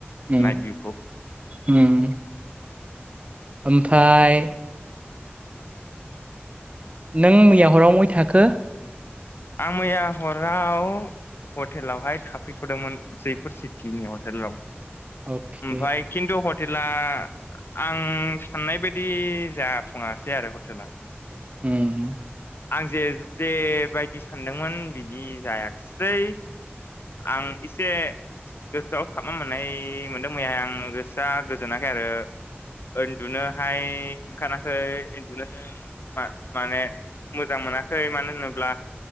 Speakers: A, on the right; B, on the left.
A: उम
B: नाइट भिउखौ
A: हम ओमफाय नों मैया हराव महाय थाखो
B: आं मैया हराव हटेलावहाय थाफैथ'दोंमोन जैफोर सिटिनि हटेलाव
A: अके
B: ओमफ्राय खिन्थु हटेला आं साननाय बायदि जाफुङासै आरो हटेला
A: हम
B: आं जे जे बायदि सानदोंमोन बिदि जायाखिसै आं एसे गोसोआव साबना मोननाय मोनदों मैयाहाय आं गोसोआ गोजोनाखै आरो उन्दुनोहाय ओंखाराखै उन्दुनो माने मोजां मोनाखै मानो होनोब्ला